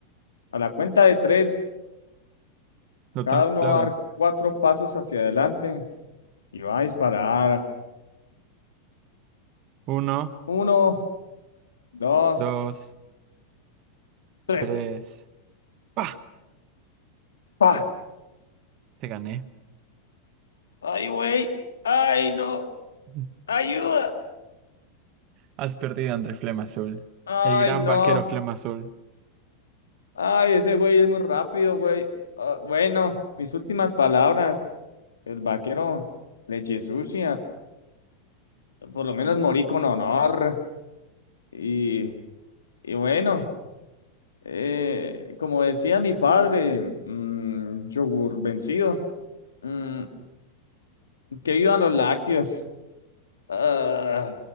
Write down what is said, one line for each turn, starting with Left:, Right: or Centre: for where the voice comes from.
Left: A la cuenta de tres,
Right: Lo
Left: cada
Right: tengo
Left: uno
Right: claro.
Left: va a dar cuatro pasos hacia adelante y va a disparar.
Right: Uno,
Left: Uno, dos,
Right: dos,
Left: tres.
Right: tres. ¡Pah!
Left: ¡Pa!
Right: Te gané.
Left: ¡Ay, güey! ¡Ay, no!
Right: <laughs>
Left: ¡Ayuda!
Right: Has perdido entre Flema Azul.
Left: ¡Ay,
Right: El gran
Left: no!
Right: vaquero Flema Azul.
Left: Ay, ese güey es muy rápido, güey. Ah, bueno, mis últimas palabras. El vaquero leche sucia. Por lo menos morí con honor. Y, y bueno, eh, como decía mi padre, mm, yogur vencido, mm, que vivan los lácteos. Ah,